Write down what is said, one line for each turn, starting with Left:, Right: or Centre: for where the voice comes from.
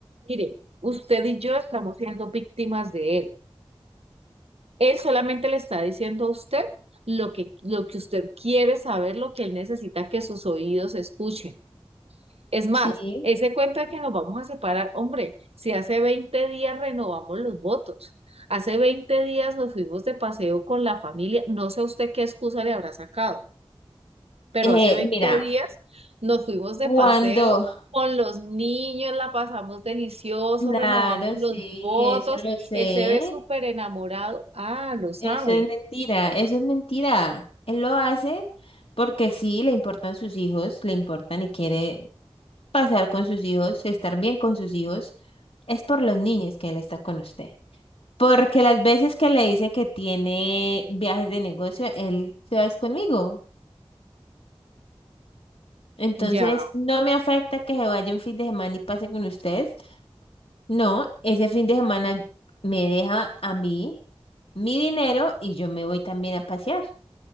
Right: mire, usted y yo estamos siendo víctimas de él. Él solamente le está diciendo a usted lo que, lo que usted quiere saber, lo que él necesita que sus oídos escuchen. Es más,
Left: Sí.
Right: ese cuento de que nos vamos a separar, hombre, si hace 20 días renovamos los votos, hace 20 días nos fuimos de paseo con la familia, no sé usted qué excusa le habrá sacado, pero
Left: Eh,
Right: hace 20
Left: mira,
Right: días nos fuimos de
Left: cuando,
Right: paseo con los niños, la pasamos delicioso,
Left: claro,
Right: renovamos
Left: sí,
Right: los votos,
Left: eso lo sé.
Right: él se ve súper enamorado, ah, lo sabe,
Left: Eso es mentira, eso es mentira. Él lo hace porque sí, le importan sus hijos, le importan y quiere pasar con sus hijos, estar bien con sus hijos. Es por los niños que él está con usted. Porque las veces que le dice que tiene viajes de negocio, él se va es conmigo. Entonces,
Right: ya.
Left: no me afecta que se vaya un fin de semana y pase con ustedes. No, ese fin de semana me deja a mí mi dinero y yo me voy también a pasear.